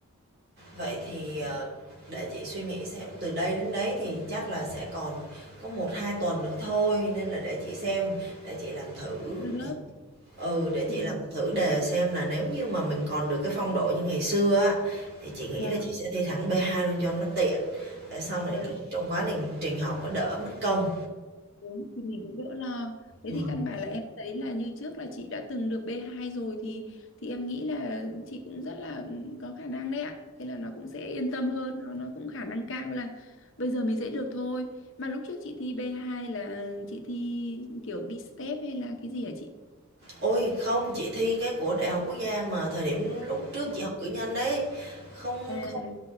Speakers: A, on the right; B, on the left.
A: Vậy thì, ờ, để chị suy nghĩ xem, từ đây đến đấy thì chắc là sẽ còn có một hai tuần nữa thôi, nên là để chị xem, để chị làm thử
B: Hơi gấp.
A: ừ, để chị
B: Ừ.
A: làm thử đề xem là nếu như mà mình còn được cái phong độ như ngày xưa á, thì chị nghĩ
B: Vâng,
A: là chị sẽ thi thẳng B2 luôn cho nó tiện, để sau này
B: vâng,
A: lúc trong quá lình trình học nó đỡ mất công.
B: đúng thì mình cũng đỡ lo. Thế
A: Ừm.
B: thì căn bản là em thấy là như trước là chị đã từng được b hai rồi thì thì em nghĩ là chị cũng rất là có khả năng đấy ạ. Thế là nó cũng sẽ yên tâm hơn, nó nó cũng khả năng cao là bây giờ mình sẽ được thôi. Mà lúc trước chị thi b hai là chị thi kiểu B-step hay là cái gì hả chị?
A: Ôi, không, chị thi cái của Đại học Quốc gia mà thời điểm lúc trước
B: À,
A: chị học cử nhân đấy, không
B: à, à.
A: không